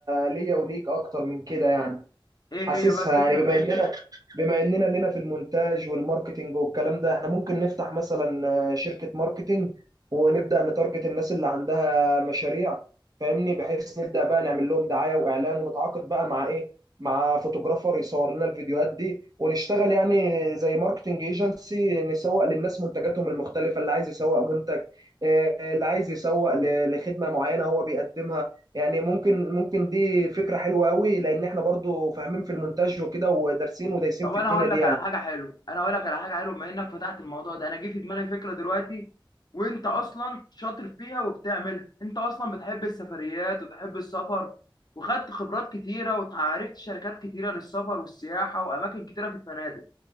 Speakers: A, on the right; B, on the left.
A: ليا وليك اكتر من كده يعني
B: ايه هي
A: حاسسها
B: بقى الفكره
A: يعني بما اننا بما اننا لنا في المونتاج والماركتينج والكلام ده احنا ممكن نفتح مثلا آه، شركة ماركتينج ونبدأ نتارجت الناس اللي عندها مشاريع فاهمني بحيث نبدأ بقى نعمل لهم دعاية واعلان ونتعاقد بقى مع ايه مع فوتوغرافر يصور لنا الفيديوهات دي ونشتغل يعني زي ماركتينج ايجنسي نسوق للناس منتجاتهم المختلفة اللي عايز يسوق منتج آه، اللي عايز يسوق ل- لخدمة معينة هو بيقدمها يعني ممكن ممكن دي فكرة حلوة قوي لأن احنا برضو فاهمين في المونتاج وكده ودارسين ودايسين
B: طب
A: في
B: انا
A: الدنيا
B: هقول
A: دي
B: لك
A: يعني
B: على حاجه حلوه انا هقول لك على حاجه حلوه بما انك فتحت الموضوع ده انا جه في دماغي فكره دلوقتي وانت اصلا شاطر فيها وبتعملها انت اصلا بتحب السفريات وبتحب السفر وخدت خبرات كتيره وتعرفت شركات كتيره للسفر والسياحه واماكن كتيره في الفنادق